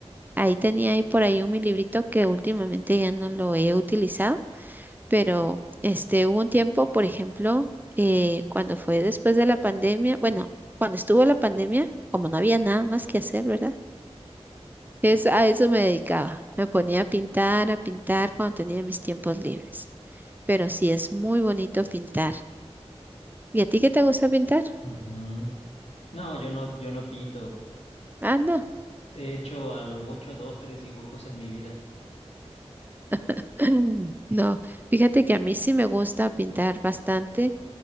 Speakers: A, on the right; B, on the left.
A: Ahí tenía ahí por ahí un mi librito que últimamente ya no lo he utilizado, pero este hubo un tiempo, por ejemplo, eh, cuando fue después de la pandemia, bueno, cuando estuvo la pandemia, como no había nada más que hacer, ¿verdad? Es, a eso me dedicaba. Me ponía a pintar, a pintar cuando tenía mis tiempos libres. Pero sí es muy bonito pintar. ¿Y a ti qué te gusta pintar?
B: Ujú. No, yo no, yo no pinto.
A: Ah, no.
B: He hecho a lo mucho dos, tres dibujos en mi vida.
A: <laughs> <clears throat> No, fíjate que a mí sí me gusta pintar bastante,